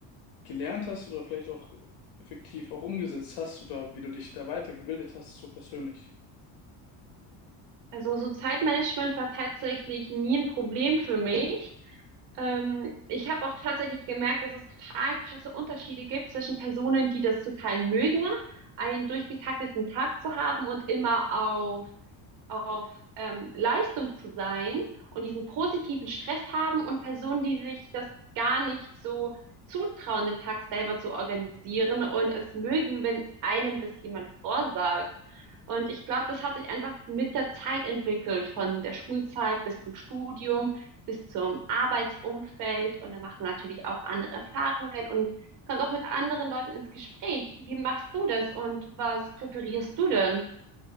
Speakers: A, on the left; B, on the right.
A: gelernt hast oder vielleicht auch effektiv auch umgesetzt hast oder wie du dich da weitergebildet hast, so persönlich?
B: Also so Zeitmanagement war tatsächlich nie ein Problem für mich. Ähm, ich habe auch tatsächlich gemerkt, dass es total krasse Unterschiede gibt zwischen Personen, die das total mögen, einen durchgetakteten Tag zu haben und immer auf auf ähm, Leistung zu sein und diesen positiven Stress haben und Personen, die sich das gar nicht so zutrauen, den Tag selber zu organisieren und es mögen, wenn einem das jemand vorsagt. Und ich glaube, das hat sich einfach mit der Zeit entwickelt, von der Schulzeit bis zum Studium, bis zum Arbeitsumfeld. Und da macht man natürlich auch andere Erfahrungen und kommt auch mit anderen Leuten ins Gespräch. Wie machst du das und was präferierst du denn?